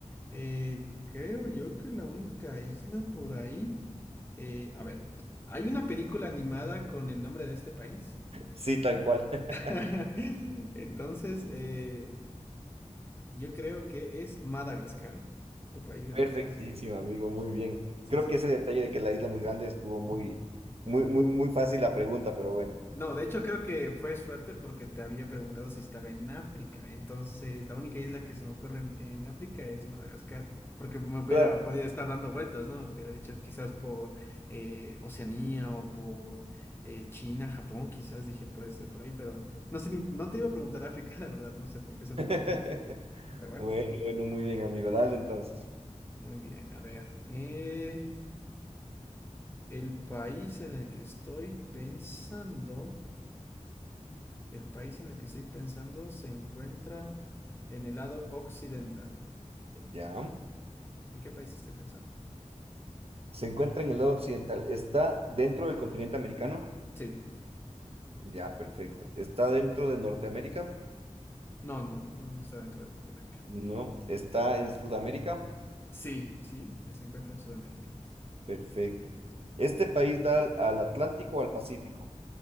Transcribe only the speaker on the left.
Eh, creo yo que la única isla por ahí. eh, a ver, hay una película animada con el nombre de este país.
<laughs> Entonces, eh, yo creo que es Madagascar, tu país de
mi que estabas haciendo.
Sí,
sí,
sí.
No, de hecho creo que fue suerte porque te había preguntado si estaba en África. Entonces, la única isla que se me ocurre en, en África es Madagascar, porque me hubiera
podido estar dando vueltas, ¿no? Te hubiera dicho quizás por eh, Oceanía o por eh, China, Japón, quizás dije puede ser por ahí, pero no sé, ni- no te iba a preguntar África, <laughs> la verdad, no sé por qué se me
ocurrió. Pero bueno,
muy bien, a ver. eh, el país en el que estoy pensando... El país en el que estoy pensando se encuentra en el lado occidental. ¿Ya?
¿En qué país estoy pensando?
Sí.
No, no, no, no está dentro de Norteamérica.
Sí, sí, se encuentra en Sudamérica.